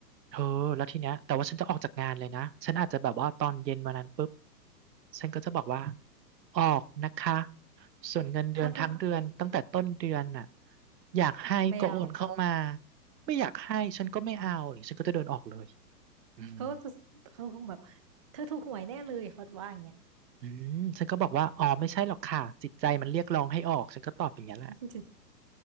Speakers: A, on the right; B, on the right.
A: เธอแล้วทีเนี้ยแต่ว่าฉันจะออกจากงานเลยนะฉันอาจจะแบบว่าตอนเย็นวันนั้นปุ๊บฉันก็จะบอกว่า ออกนะคะ ส่วนเงินเดือนทั้งเดือนตั้งแต่ต้นเดือนน่ะ
B: เขาจะ
A: อยากให้ก็โอนเข้ามา
B: ไม่เอา
A: ไม่อยากให้ฉันก็ไม่เอาหรือฉันก็จะเดินออกเลยอืม
B: เขาก็จะเขาคงแบบเธอถูกหวยแน่เลยเขาจะว่าอย่างเงี้ย
A: อืมฉันก็บอกว่าอ๋อไม่ใช่หรอกค่ะจิตใจมันเรียกร้องให้ออกฉันก็ตอบอย่างนี้ยแหละ
B: <laughs>